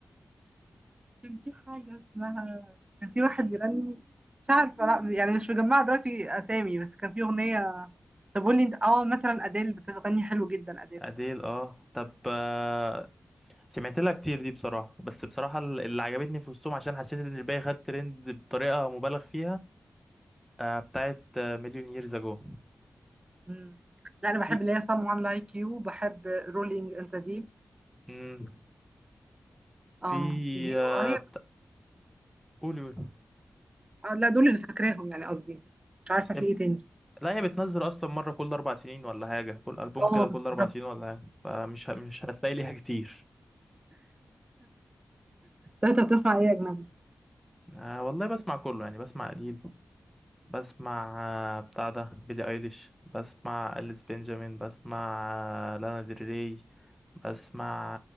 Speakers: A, on the right; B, in the centre.
A: كان في حاجه اسمها كان في واحد بيغني مش عارفه لا يعني مش مجمعه دلوقتي اسامي بس كان في اغنيه طب قول لي انت اه مثلا اديل بتغني حلو جدا اديل
B: أديل اه طب آه، سمعت لها كتير دي بصراحة بس بصراحة ال- اللي عجبتني في وسطهم عشان حسيت ان الباقي خد ترند بطريقة مبالغ فيها آه، بتاعت آه، مليون ييرز اجو
A: مم. لا انا
B: في
A: بحب اللي هي someone like you بحب rolling in the deep
B: مم،
A: اه
B: في
A: دي
B: آه،
A: هي
B: بتا... قولي قولي
A: آه لا دول اللي فاكراهم يعني قصدي مش عارفه
B: بس
A: في
B: هي-
A: ايه تاني
B: لا هي بتنزل اصلا مرة كل اربع سنين ولا حاجة كل البوم
A: اه
B: كده كل
A: بالظبط
B: اربع سنين ولا حاجة فمش ه... مش هتلاقي ليها كتير
A: لا، انت بتسمع ايه اجنبي
B: آه والله بسمع كله يعني بسمع قليل بسمع آه، بتاع ده بيلي ايليش بسمع أليس بنجامين بسمع آه، لانا دريي بسمع